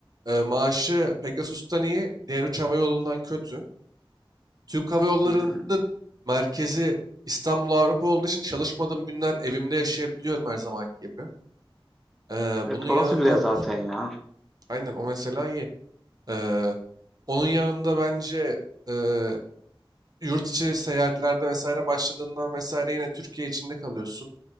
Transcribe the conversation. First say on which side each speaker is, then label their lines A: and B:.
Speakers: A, on the right; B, in the centre.
A: Ee, maaşı Pegasus'tan iyi, diğer üç hava yolundan kötü. Türk Hava Yolları'nın
B: Hmm.
A: merkezi İstanbul Avrupa olduğu için çalışmadığım günler evimde yaşayabiliyorum her zamanki gibi. Ee,
B: Evet
A: bunun yanında
B: orası güzel zaten ya.
A: aynen o mesela iyi. Eee, onun yanında bence eee, yurt içi seyahatlerde vesaire başladığından vesaire yine Türkiye içinde kalıyorsun.